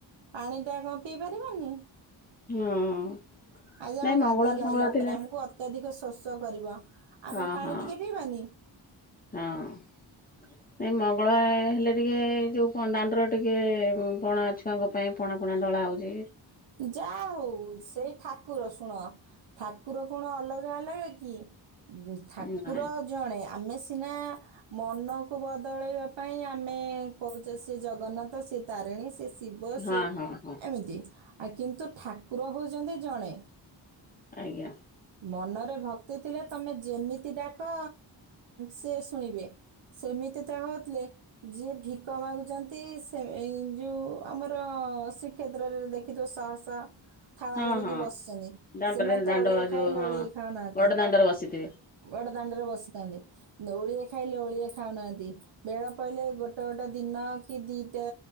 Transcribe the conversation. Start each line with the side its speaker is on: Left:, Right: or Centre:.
Right: ପାଣି ଟା କଣ ପିଇ ପାରିବାନି।
Left: ହଁ।
Right: ଆଜି ଆମେ
Left: ନାଇଁ
Right: ଗାଧେଇ
Left: ମଙ୍ଗଳବାର ଫଙ୍ଗଳବାର
Right: ଆଇଲା
Left: ଥିଲେ
Right: ପରେ ଆମକୁ ଅତ୍ୟଧିକ ଶୋଷ କରିବ ଆମ
Left: ହଁ
Right: ପାଣି
Left: ହଁ
Right: ଟିକେ ପିଇବାନି।
Left: ହଁ ନାଇଁ ମଙ୍ଗଳାର ହେଲେ ଟିକେ ଯୋଉ ଦାଣ୍ଡର ଟିକେ ପଣା ଛୁଆଙ୍କ ପାଇଁ ପଣା ଫଣା ଢ଼ଳା ହଉଚି।
Right: ଯା ହଉ ସେଇ ଠାକୁର ଶୁଣ ଠାକୁ ଠାକୁର କଣ ଅଲଗା ଅଲଗା କି ଠାକୁର
Left: ନାଇଁ
Right: ଜଣେ। ଆମେ ସିନା ମନକୁ ବଦଳେଇବା ପାଇଁ ଆମେ କହୁଛେ ସେ ଜଗନ୍ନାଥ ସେ ତାରିଣୀ ସେ ଶି ଶିବ
Left: ହଁ
Right: ସିଏ
Left: ହଁ ହଁ
Right: ଏମିତି ଆ କିନ୍ତୁ ଠାକୁର ହଉଛନ୍ତି ଜଣେ।
Left: ଆଜ୍ଞା।
Right: ମନରେ ଭକ୍ତି ଥିଲେ ତମେ ଯେମିତି ଡାକ ସେ ଶୁଣିବେ। ସେମିତି ତ ହଉଥିଲେ ଯିଏ ଭିକ ମାଗୁଛନ୍ତି ସେ ଯୋଉ ଆମର ହଁ ଶ୍ରୀକ୍ଷେତ୍ରରେ ଦେଖିଥିବ ସହସହ। ଥାଳ
Left: ହଁ
Right: ଧରିକି
Left: ହଁ
Right: ବସିଛନ୍ତି
Left: ଦାଣ୍ଡରେ
Right: ସେମାନେ ତ
Left: ଦାଣ୍ଡ
Right: ଓଳିଏ ଖାଇଲେ
Left: ଯୋଉ ହଁ
Right: ଓଳିଏ ଖାଉନାହାନ୍ତି
Left: ବଡ଼ ଦାଣ୍ଡରେ ବସିଥିବେ
Right: ବଡ଼ ଦାଣ୍ଡରେ ବସିଥାନ୍ତି ଓଳିଏ ଖାଇଲେ ଓଳିଏ ଖାଉନାହାନ୍ତି ବେଳ ପଇଲେ ଗୋଟେ ଗୋଟେ ଦିନ କିଏ ଦିଟା